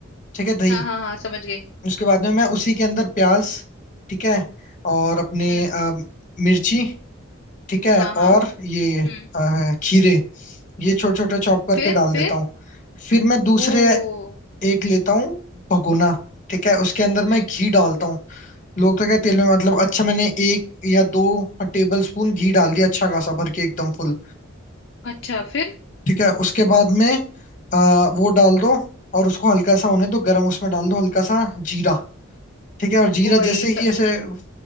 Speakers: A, on the left; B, on the left.
A: ठीक है दही
B: हाँ हाँ हाँ समझ गए
A: उसके बाद में मैं उसी के अंदर प्याज ठीक है और अपने
B: हम्म
A: अ, मिर्ची ठीक है
B: हाँ हाँ
A: और ये
B: हम्म
A: अ, खीरे ये छोटे छोटे चॉप करके
B: फिर
A: डाल
B: फिर
A: देता हूँ फिर मैं दूसरे
B: ओ
A: एक लेता हूँ भगोना ठीक है उसके अंदर
B: हम्म
A: मैं घी डालता हूँ लोग तो क्या तेल में मतलब अच्छा मैंने एक या दो टेबल स्पून घी डाल दिया अच्छा खासा भर के एकदम फुल
B: अच्छा फिर
A: ठीक है उसके बाद में अ, वो डाल दो और उसको हल्का सा होने दो गरम उसमें डाल दो हल्का सा जीरा ठीक है और जीरा
B: ओ भाई
A: जैसे
B: तो
A: ही ऐसे अ,